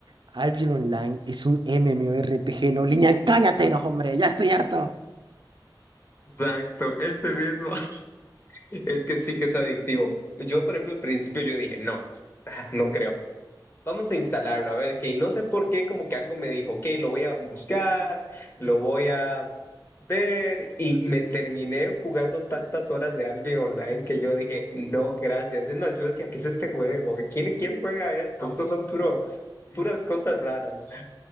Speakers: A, on the right; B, on the left.
A: Albion Online es un MMORPG no lineal. Cállate, no, hombre. Ya estoy harto.
B: Exacto, este mismo. <laughs> Es que sí que es adictivo. Yo, por ejemplo, al principio yo dije, no, no creo. Vamos a instalarlo, a ver qué. Y no sé por qué, como que algo me dijo, ok, lo voy a buscar, lo voy a ver. Y me terminé jugando tantas horas de Albion Online que yo dije, no, gracias. Es yo decía, ¿qué es este juego? ¿Quién, quién juega esto? Estos son puro, puras cosas raras.